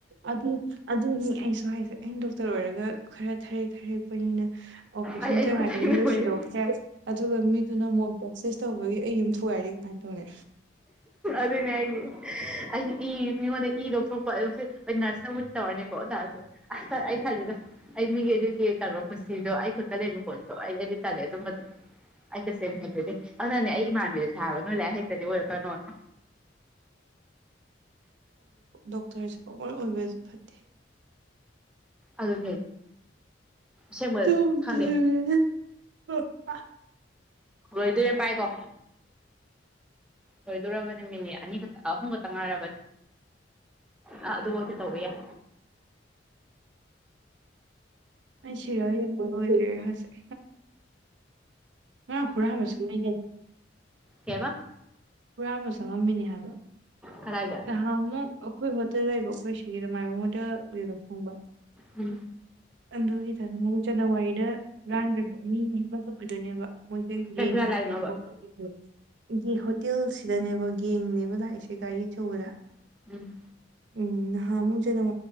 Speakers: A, on the right; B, in the centre.
A: ꯑꯗꯨ ꯑꯗꯨꯅꯤ ꯑꯩꯁꯨ ꯍꯥꯏꯁꯦ ꯑꯩꯅ ꯗꯣꯛꯇꯔ ꯑꯣꯏꯔꯒ ꯈꯔ ꯐꯔꯦ ꯊꯔꯦꯛꯄꯅꯤꯅ ꯑꯣꯄꯔꯦꯁꯟ
B: ꯑꯩ ꯑꯩꯁꯨ
A: ꯆꯪꯉꯥꯏꯗ
B: ꯈꯨꯠꯊꯦꯡꯅꯕꯅꯦ
A: ꯃꯤꯗꯣ ꯁꯤꯗꯣꯛꯈ꯭ꯔꯦ ꯑꯗꯨꯒ ꯃꯤꯗꯨꯅ ꯃꯣꯞ ꯁ ꯇꯧꯕꯒꯤ ꯑꯩ ꯌꯨꯝ ꯊꯒꯥꯏꯔꯤ ꯀꯃꯥꯏꯅ ꯇꯧꯅꯤ
B: ꯑꯗꯨꯅꯦ ꯑꯩꯗꯤ ꯑꯩꯗꯤ ꯏ ꯃꯤꯉꯣꯟꯗ ꯏ ꯂꯧꯊꯣꯛꯄ ꯑꯗꯨ ꯑꯩ ꯅꯔꯁꯅꯕꯨꯗꯤ ꯇꯧꯔꯅꯤꯀꯣ ꯑꯣꯇꯥꯥꯔꯁꯨ ꯑꯁ ꯑꯩ ꯈꯜꯂꯤꯗ ꯑꯩ ꯃꯤꯒꯤ ꯑꯗꯨꯒꯤ <unintelligible> ꯄꯨꯟꯁꯤꯗꯣ ꯑꯩ ꯈꯨꯠꯇ ꯂꯩꯕꯀꯣꯠꯇꯣ ꯑꯩ ꯑꯩꯗꯤ ꯇꯜꯂꯦ ꯑꯗꯨꯝꯕ ꯑꯗꯨꯃꯥꯗꯤ ꯑꯩ ꯇꯥꯁꯦꯡ ꯐꯖꯗ‌ꯦ ꯍꯩꯕꯒꯤ ꯑꯗꯨꯅꯅꯦ ꯑꯩ ꯏꯃꯥꯟꯕꯤꯗ ꯊꯥꯕꯗꯨ ꯅꫭꯏ ꯂꯥꯏꯔꯤꯛ‌ ꯍꯩꯇ꯭ꯔꯗꯤ ꯑꯣꯏꯔꯛ ꯀꯅꯣꯅ
A: ꯗꯣꯛꯔꯁꯤꯀꫭ ꯑꯣꯏꯕꯁꯨ ꯐꯠꯇꯦ
B: ꯑꯗꯨ ꯁꯦꯡꯃ
A: ꯇꯧꯗꯦ꯫
B: ꯈꯪꯗꯦ
A: <unintelligible>
B: ꯂꯣꯏꯗꯣꯏꯔꯦ ꯄꯥꯏꯀꯣ ꯂꯣꯏꯗꯣꯔꯕꯅꯦ ꯃꯤꯅꯤꯠ ꯑꯅꯤ ꯈꯛꯇ ꯑꯍꯨꯝ ꯈꯛꯇꯪ ꯉꯥꯏꯔꯕꯅꯤ ꯑ ꯑꯗꯨꯃꯛꯇꯤ ꯇꯧꯕ ꯌꯥꯏ
A: ꯑꯩ ꯁꯤꯔꯦꯜ ꯌꯦꯡꯕ ꯂꯣꯏꯔꯦ ꯍꯧꯖꯤꯛ ꯑ ꯈꯔꯥ ꯑꯃꯁꯁꯅꯦ
B: ꯀꯦꯕ
A: ꯄꯨꯔꯥ ꯑꯃ ꯆꯪꯉꯝꯃꯤꯅꯦ ꯍꯥꯏꯕ
B: ꯀꯗꯥꯏꯗ
A: ꯍꯥ ꯃꯨ ꯑꯩꯈꯣꯏ ꯍꯣꯠꯇꯦꯜ ꯂꯩꯕꯈꯣꯏꯁꯤ <inaudible> ꯈꯪꯕ
B: ꯎꯝ
A: ꯑꯗꯨꯒꯤꯗ ꯖꯅꯋꯥꯔꯤ ꯗ ꯂꯥꯡꯈ꯭ꯔꯦꯕ ꯃꯤ ꯑꯃꯛꯇ ꯑꯣꯏꯗꯣꯏꯅꯦꯕ ꯃꯣꯏꯁꯦ
B: ꯀꯩꯁꯨ
A: ꯌꯦꯡ ꯂꯥꯛꯑꯦꯕ
B: ꯂꯥꯏꯅꯣꯕ
A: ꯑꯩꯒꯤ ꯍꯣꯇꯦꯜꯁꯤꯗꯅꯦꯕ ꯅ‌ꯦꯡꯅꯦꯕ ꯂꯥꯛꯏꯁꯦ ꯒꯥꯔꯤ ꯑꯆꯧꯕꯗ
B: ꯎꯝ
A: ꯎꯝ ꯅꯍꯥꯟꯃꯨꯛ ꯖꯅꯋꯥꯔꯤꯗ